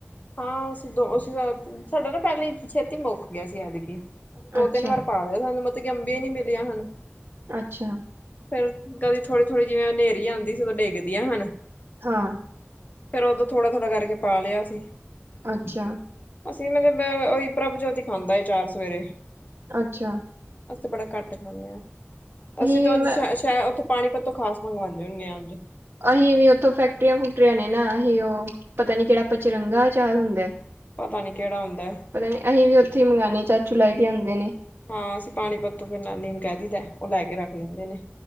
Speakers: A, on the left; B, on the right.
A: ਹਾਂ ਅਸੀਂ ਦੋ ਸਾਡਾ ਨਾ ਪਹਿਲੀ ਛੇਤੀ ਮੁੱਕ ਗਿਆ ਸੀ ਐਤਕੀ ਦੋ
B: ਅੱਛਾ
A: ਤਿੰਨ ਵਾਰ ਪਾ। ਗਾਏ ਹੁਣ ਤਾਂ ਸਾਨੂੰ ਮਤਲਬ ਅੰਬੀਆ ਹੀ ਨੀ ਮਿਲੀਆਂ ਸਾਨੂੰ।
B: ਅੱਛਾ।
A: ਫੇਰ ਕਦੀ ਥੋੜੀ ਥੋੜ੍ਹੀ ਜਿਵੇਂ ਹਨੇਰੀ ਆਉਂਦੀ ਸੀ ਉਦੋਂ ਡਿੱਗਦੀਆਂ ਹਨ।
B: ਹਾਂ।
A: ਫੇਰ ਉਦੋਂ ਥੋੜਾ ਥੋੜਾ ਕਰਕੇ ਕੇ ਪਾ ਲਿਆ ਸੀ।
B: ਅੱਛਾ
A: ਅਸੀਂ ਮਤਲਬ ਪ੍ਰਭਜੋਤ ਹੀ ਖਾਂਦਾ ਏ ਅਚਾਰ ਸਵੇਰੇ।
B: ਅੱਛਾ
A: ਅਸੀਂ ਤੇ ਬੜਾ ਘੱਟ ਖਾਂਦੇ ਹਾਂ, ਅਸੀਂ
B: ਵੀ
A: ਤਾਂ ਉਝ
B: ਮੈਂ
A: ਉੱਥੋਂ ਪਾਣੀ ਪੱਤੋ ਖਾਸ ਮੰਗਵਾਉਂਦੇ ਹੁੰਦੇ ਆਾਂ
B: ਅਸੀਂ ਵੀ ਉੱਥੋਂ ਫੈਕਟਰੀਆਂ ਫੂਕਟਰੀਆਂ ਨੇ ਨਾ ਅਸੀਂ ਉਹ, ਪਤਾ ਨੀ ਕਿਹੜਾ ਪਚਰੰਗਾ ਆਚਾਰ ਹੁੰਦਾ
A: ਪਤਾ ਨੀ ਕਿਹੜਾ ਹੁੰਦਾ
B: ਪਤਾ ਨੀ ਅਸੀਂ ਵੀ ਉੱਥੇ ਹੀ ਮੰਗਵਾਉਦੇ ਹਾਂ ਚਾਚੂ ਲੈ ਕੇ ਆਉਂਦੇ ਨੇ
A: ਹਾਂ ਅਸੀਂ ਪਾਣੀਪਤ ਫਿਰ ਨਾਨੀ ਨੂੰ ਕਹਿ ਦੇਈਦਾ ਉਹ ਲੈ ਕੇ ਰੱਖ ਲੈਂਦੇ ਨੇ